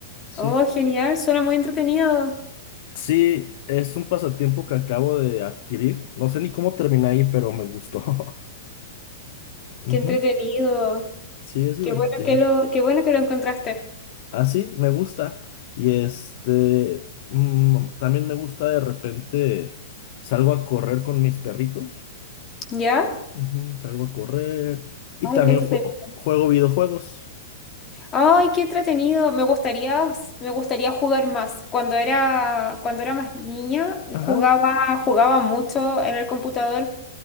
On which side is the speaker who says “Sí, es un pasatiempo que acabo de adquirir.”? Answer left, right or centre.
Left